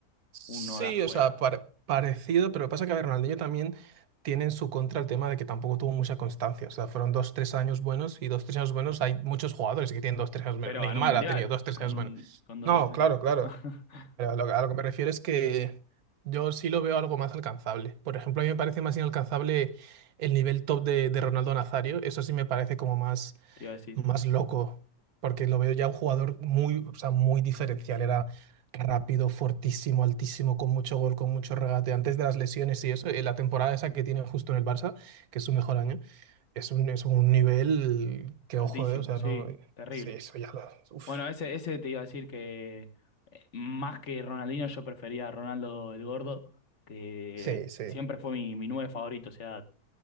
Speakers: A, on the right (about 75°); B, on the left (about 50°).
A: Sí,
B: uno de afuera,
A: o sea, pare- parecido, pero lo que pasa es que a ver, Ronaldinho también tiene en su contra el tema de que tampoco tuvo mucha constancia. O sea, fueron dos, tres años buenos y dos, tres años buenos. Hay muchos jugadores que tienen dos, tres años buenos.
B: pero
A: Neymar
B: ganó un mundial
A: ha tenido dos, tres
B: con
A: años
B: un,
A: buenos.
B: con dos,
A: No,
B: tres años.
A: claro, claro.
B: <laughs>
A: Pero a lo, a lo que me refiero es que yo sí lo veo algo más alcanzable. Por ejemplo, a mí me parece más inalcanzable el nivel top de, de Ronaldo Nazario. Eso sí me parece como más,
B: Te iba a decir,
A: más loco, porque lo veo ya un jugador muy, o sea, muy diferencial. Era rápido, fuertísimo, altísimo, con mucho gol, con mucho regate. Antes de las lesiones y eso, eh, la temporada esa que tiene justo en el Barça, que es su mejor año, es un, es un nivel que,
B: altísimo,
A: ojo, eh, o sea,
B: sí,
A: no,
B: terrible.
A: sí, eso ya lo... Uf,
B: Bueno, ese, ese te iba a decir que eh, más que Ronaldinho yo prefería a Ronaldo el Gordo, que
A: sí, sí.
B: siempre fue mi, mi nueve favorito. O sea,